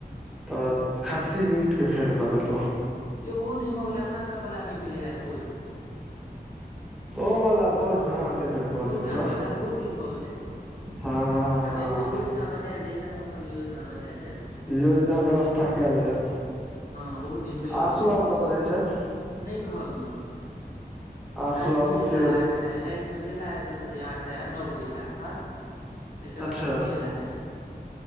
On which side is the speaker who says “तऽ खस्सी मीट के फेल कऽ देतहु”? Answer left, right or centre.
Centre